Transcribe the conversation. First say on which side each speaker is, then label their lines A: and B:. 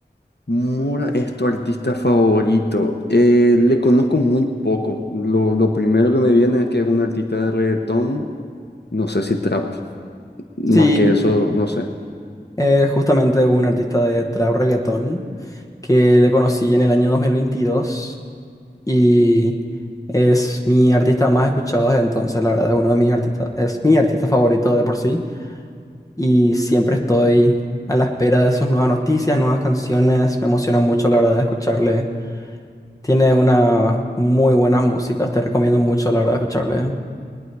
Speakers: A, on the left (about 65°); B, on the left (about 20°).
A: Mora es tu artista favorito. Eh, le conozco muy poco. Lo, lo primero que me viene es que es un artista de reggaetón, no sé si trap. Más
B: Sí,
A: que eso, no sé.
B: eh, justamente un artista de trap reggaetón que le conocí en el año 2022 y es mi artista más escuchado desde entonces, la verdad, es uno de mis artistas, es mi artista favorito de por sí y siempre estoy a la espera de sus nuevas noticias, nuevas canciones, me emociona mucho la verdad de escucharle Tiene una muy buena música, te recomiendo mucho la verdad escucharle.